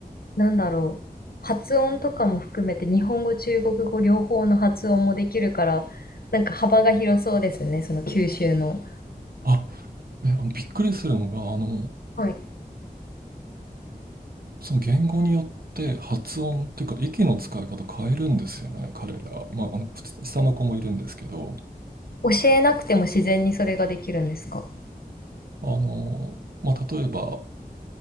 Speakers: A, on the left; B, on the right.
A: なんだろう。発音とかも含めて、日本語、中国語両方の発音もできるから、なんか幅が広そうですね、その九州の。
B: あ、ね、あのびっくりするのが、あの、
A: はい。
B: その言語によって発音っていうか、息の使い方変えるんですよね、彼ら。まあ、あの、普通下の子もいるんですけど、
A: 教えなくても自然にそれができるんですか
B: あの、まあ、例えば、